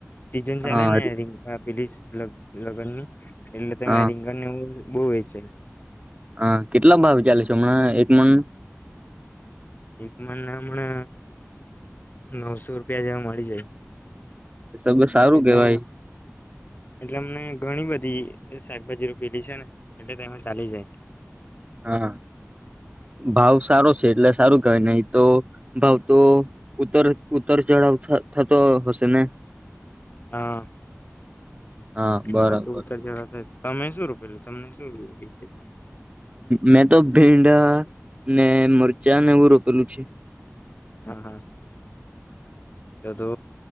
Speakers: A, on the left; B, on the right.
A: સીઝન ચાલે
B: હા
A: ને રિંકા. <unintelligible> લગ્ન ની. એલતા
B: હા
A: મે. <unintelligible> બવે છે.
B: હા, કેટલા ભાવ ચાલે છે હમણાં એક મન?
A: એકમાન ના હમણા નવસો રૂપિયા જેવા મળી જાય.
B: તો બસ સારું
A: એટલે
B: કેવાય
A: એટલે અમને ઘણી બધી એ શાકભાજી પેલી છે ને એટલે તો એમાં ચાલી જાય.
B: હા ભાવ સારો છે એટલે સારું કય નહી તો ભાવ તો ઉતર ઉતર ચઢાવ થતો હશે ને.
A: હા.
B: હા બરાબર
A: ના તો ઉતા જવા થાય તમે શું રું પેલું તમને શું? એ છે.
B: મેં તો ભીંડા ને મરચાં ને એવું રોપેલું છે.
A: હા, હા તો તો